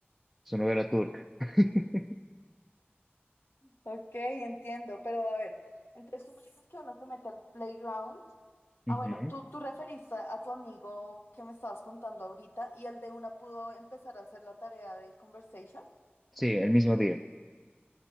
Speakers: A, in the centre; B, on the left.
A: su novela turca. <laughs>
B: ok, entiendo. Pero a ver, entonces tú me dices que uno se mete al playground.
A: Ujú.
B: Ah, bueno, tú, tú referiste a tu amigo que me estabas contando ahorita y el de una pudo empezar a hacer la tarea de conversation.
A: Sí, el mismo día.